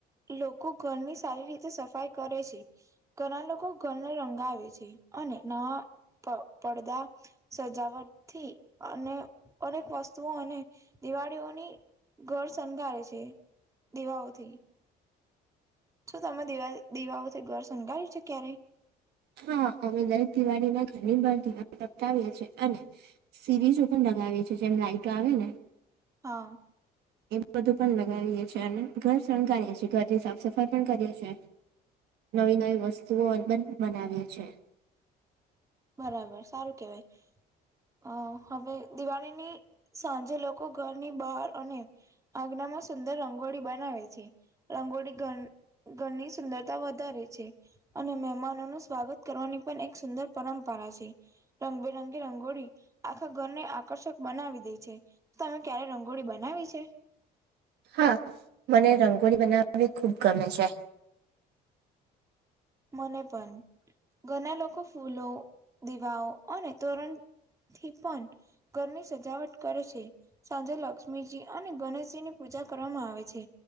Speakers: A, on the right (about 20°); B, on the right (about 75°).
A: લોકો ઘરની સારી રીતે સફાઈ કરે છે ઘણા લોકો ઘરને રંગાવે છે અને નવા પ પડદા સજાવટથી અને અનેક વસ્તુઓ અને દિવાળી તેઓની ઘર શણગારે છે દીવાઓથી શું તમે દીવા દીવાઓથી ઘર શણગાયું છે ક્યારેય
B: હા અમે દરેક દિવાળીમાં ઘણી વાર દિવા પ્રગટાવીએ છીએ અને સીરીઝો પણ લગાવીએ છીએ જેમ લાઈટો આવે ને
A: હા
B: એ બધું પણ લગાવીએ છીએ અને ઘર શણગારીએ છીએ ઘરની સાફ સફાઈ પણ કરીએ છીએ નવી નવી વસ્તુઓ પણ બનાવીએ છે
A: બરાબર સારું કેવાય અ હવે દિવાળીની સાંજે લોકો ઘરની બહાર અને આગણાં માં સુંદર રંગોળી બનાવે છે રંગોળી ઘ ઘરની સુંદરતા વધારે છે અને મહેમાનોનું સ્વાગત કરવાની પણ એક સુંદર પરંપરા છે રંગબેરંગી રંગોળી આખા ઘરને આકર્ષક બનાવી દે છે તમે ક્યારેક રંગોળી બનાવી છે
B: હા મને રંગોળી બનાવવી ખુબ ગમે છે
A: મને પણ ઘણા લોકો ફૂલો દીવાઓ અને તોરણ થી પણ ઘરની સજાવટ કરે છે સાંજે લક્ષ્મીજી અને ગણેશજીની પૂજા કરવામાં આવે છે